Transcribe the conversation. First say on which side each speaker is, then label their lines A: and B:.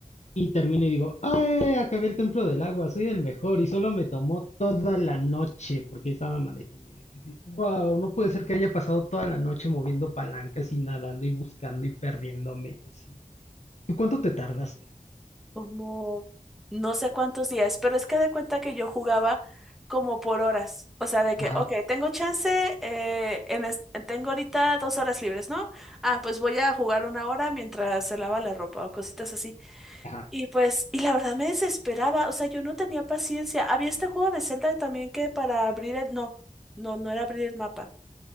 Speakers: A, on the left; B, in the centre.
A: Y termino y digo, ¡ay! Acabé el templo del agua, soy el mejor. Y solo me tomó toda la noche, porque estaba amaneciendo. Y dije, wow, no puede ser que haya pasado toda la noche moviendo palancas y nadando y buscando y perdiéndome y así. ¿Tú cuánto te tardaste?
B: como no sé cuántos días, pero es que de cuenta que yo jugaba como por horas, o sea, de que,
A: Ajá,
B: ok, tengo chance, eh, en es- tengo ahorita dos horas libres, ¿no? Ah, pues voy a jugar una hora mientras se lava la ropa o cositas así.
A: ajá.
B: Y pues, y la verdad me desesperaba, o sea, yo no tenía paciencia. Había este juego de Zelda también que para abrir el, no, no, no era abrir el mapa,